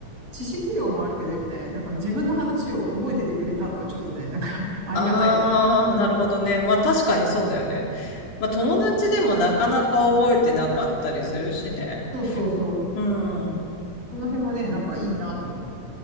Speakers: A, on the right; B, on the left.
A: 知識量もあるけど、やっぱね、なんか自分の話を覚えててくれたのはちょっとね、なんか <laughs> ありがたいなと思った。
B: ああ、
A: なんかこう、
B: なるほどね。まあ確かにそうだよね。まあ友達でもなかなか覚えてなかったりするしね。
A: そうそうそう。
B: うん。うん。
A: この辺はね、なんかいいなと思って。